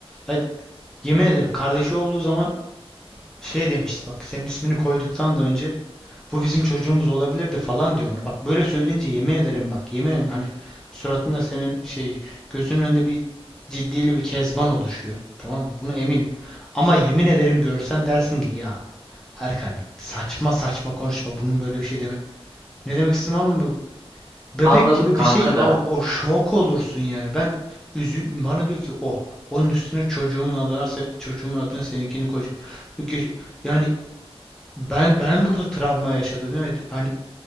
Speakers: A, in the centre; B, on the right.
A: Ya yemin ederim kardeşi olduğu zaman şey demişti bak senin ismini koyduktan da önce Bu bizim çocuğumuz olabilirdi falan diyor bana. Bak böyle söyleyince yemin ederim bak yemin ederim hani suratında senin şey gözünün önünde bir ciddili bir kezban oluşuyor. Tamam mı? Buna eminim. Ama yemin ederim görsen dersin ki ya Erkan saçma saçma konuşma bunun böyle bir şey deme. Ne demek istedim anladın mı? Bebek
B: Anladım
A: gibi
B: kanka
A: bir şey
B: da.
A: o, o şok olursun yani. Ben üzül bana diyor ki o onun üstüne çocuğumun adına se- çocuğumun adına seninkini koyacağım. Ge- Yani ben ben burada travma yaşadım yani. Hani